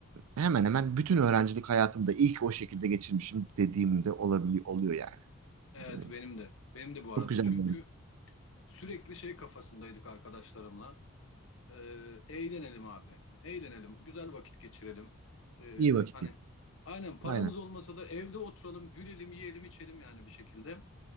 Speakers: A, on the right; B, on the left.
A: hemen hemen bütün öğrencilik hayatımda iyi ki o şekilde geçirmişim dediğimde olabiliyor oluyor yani.
B: evet
A: E,
B: benim de. Benim de bu arada.
A: Çok güzel.
B: Çünkü
A: bir- öğrenci.
B: sürekli şey kafasındaydık arkadaşlarımla. Ee, eğlenelim abi. Eğlenelim. Güzel vakit geçirelim. Ee,
A: İyi vakit
B: hani
A: geçirdim.
B: aynen paramız
A: Aynen.
B: olmasa da evde oturalım, gülelim, yiyelim, içelim yani bir şekilde.